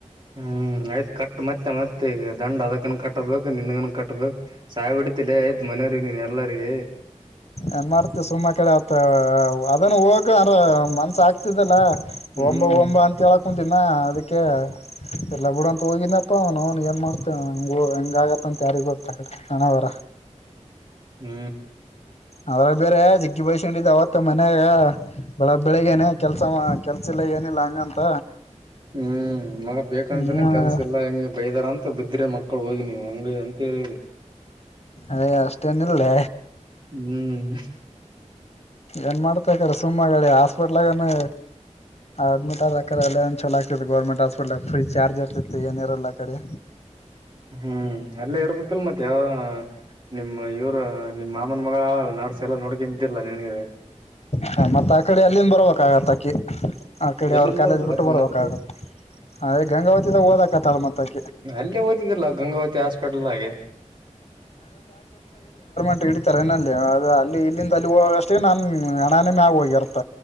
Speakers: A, on the right (about 40°); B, on the left (about 55°).
A: ಹ್ಮ ಆಯ್ತ ಕಟ್ ಮತ್ತ ಮತ್ತ ಈಗ ದಂಡ ಅದಕ್ಕನ ಕಟ್ಟಬೇಕ. ನಿನ್ಗನ ಕಟ್ಬೇಕ ಸಾಯ ಹೊಡತಿಲೇ ಇದ್ದ ಮನೆಯವ್ರಿಗ ನೀನ್ ಎಲ್ಲರಿಗ
B: ಏನ್ ಮಾಡ್ತಿ ಸುಮ್ಮ ಅಕಡೆ ಅತ್ ಅದನ್ನ ಹೋಗಾರ ಮನ್ಸ ಆಗ್ತಿದ್ದಲ್ಲ.
A: ಹ್ಮ್
B: ಒಂಬ ಒಂಬ ಅಂತ ಹೇಳ ಕುಂತಿನ ಅದಕ್ಕೆ ಎಲ್ಲ ಬಿಡ ಅಂತ ಹೋಗಿನಪ್ಪ <unintelligible> ಏನ್ ಮಾಡ್ತೇವ ಹ ಹೆಂಗ ಆಗತ್ತ. ಅಂತ ಯಾರಿಗ ಗೊತ್ತ ಕಡೆ ಹಣಾವರ
A: ಹ್ಮ.
B: ಆವಾ ಬೇರೆ ಜಿಗ್ಗಿ ಬಿಯಸ್ಕೊಂಡಿದ್ದ ಅವತ್ತ ಮನ್ಯಾಗ ಬೆಳಗ್ ಬೆಳಿಗ್ನೆ ಕೆಲ್ಸ ಕೆಲ್ಸ ಇಲ್ಲ ಏನಿಲ್ಲ ಹಂಗಂತ
A: ಹ್ಮ ಮಗ ಬೇಕಂತನೆ
B: ಹ್ಮ
A: ಕೆಲ್ಸ ಇಲ್ಲ ಹೆಂಗ ಬೈದಾರ ಅ ತ್ತ ಬಿದ್ರ ಮಕ್ಕಳ ಹೋಗಿ ನೀವು ಹಂಗ ಅಂತ ಹೇ
B: ಎ ಅಷ್ಟೇನಿಲ್ಲೆ.
A: ಹ್ಮ.
B: ಏನ್ ಮಾಡ್ತಾ ಇದ್ದೀರಾ ಸುಮ್ಮಗಿ ಹಾಸ್ಪಿಟ್ಲಗಾನ ಅಡ್ಮಿಟ್ ಆದಕರ ಅಲೆ ಅದೊಂದ ಚಲ ಆಕತಿ ಗೌರ್ಮೆಂಟ್ ಹಾಸ್ಪಿಟ್ಲ್ ಫ್ರೀ ಚಾರ್ಜ್ ಇರ್ತಿ ಏನಿರಲ್ಲ ಕಡೆ
A: ಹ್ಮ ಅಲ್ಲೇ ಇರ್ಬೇಕ ಇಲ ಮತ್ತ ಯ ನಿಮ್ ಇವ್ರ ನಿಮ್ ಮಾಮನ ಮಗ ನರ್ಸ್ ಎಲ್ಲ ನೋಡ್ಕನಂತೀರಲ್ಲಾ ನಿನಗ
B: ಹ ಮತ್ತ ಆ ಕಡೆ ಅಲ್ಲಿಂದ ಬರ್ಬೇಕ ಆಗತ್ತ ಅಕ್ಕಿ ಆಕಡೆ
A: ಎಲ್ಲಿಂದ
B: ಅವ್ರ ಕಾಲೇಜ್
A: ಬರ್ತಾಳ
B: ಬಿಟ್ಟ
A: ಆಕಿ
B: ಬರ್ಬೇಕಾಗತ್ತೆ
A: ಮತ್ತೆ
B: ಅದ ಗಂಗಾವತಿದಾಗ ಓದಕತಾಳ ಮತ್ತ <unintelligible>
A: ಅಲ್ಲೇ ಓದಿದಿಲ್ಲ ಗಂಗಾವತಿ ಹಾಸ್ಪಿಟಲ್ದಾಗೆ
B: ಟ್ ಹಿಡಿತಾರೆ ಏನಲ್ಲಿ ಅ ಅಲ್ಲಿ ಇಲ್ಲಿಂದ ಅಲ್ಲಿ ಹೋಗ ಅಷ್ಟೇ ನಾನ್ ನಣನೇ ಮ್ಯಾಗ ಹೋಗಿರ್ತ್ತ